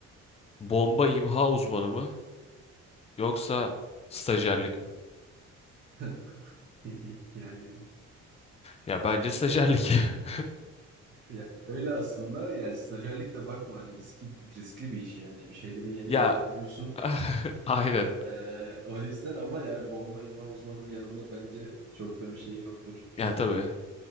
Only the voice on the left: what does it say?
Bomba imha uzmanı mı yoksa stajyerlik mi?
Ya bence stajyerlik. <laughs>
Ya
<laughs> aynen.
Ya tabii.